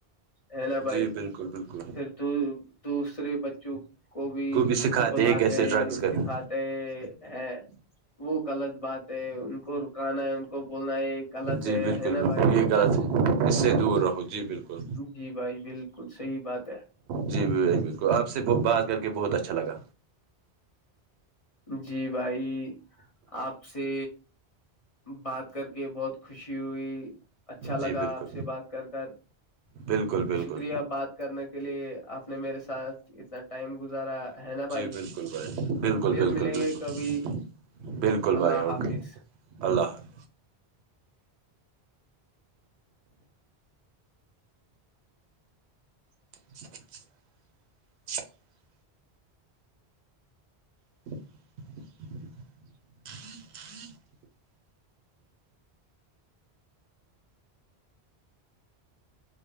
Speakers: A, on the left (about 40°); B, on the right (about 80°).
A: ہیلا بھائی
B: جی بالکل بالکل
A: پھر دوسرے بچوں کو بھی
B: سکھاتے
A: بلاتے
B: ہیں کیسے ڈرگس
A: سکھات
B: کرنے
A: ہے وہ غلط بات ہے ان کو رکانا ہے ان کو بولنا ہے یہ غلط
B: جی
A: ہے
B: بالکل
A: ہے نا
B: بالکل
A: بھائی
B: یہ غلط ہے اس سے دور رہو جی بالکل
A: جی بھائی بالکل صحیح بات ہے
B: جی بالکل آپ سے بات کر کے بہت اچھا لگا
A: جی بھائی آپ سے بات کر کے بہت خوشی ہوئی اچھا لگا
B: جی بالکل
A: آپ سے بات کر کر
B: بالکل بالکل
A: شکریہ بات کرنے کے لیے آپ نے میرے ساتھ اتنا ٹائم گزارا ہے نا
B: جی
A: بھائی
B: بالکل بھائی بالکل
A: پھر
B: بالکل
A: ملیں
B: بالکل
A: گے کبھی
B: بالکل بھائی
A: اللہ
B: اوکے
A: حافظ
B: اللہ حافظ <inaudible> ہوں ہوں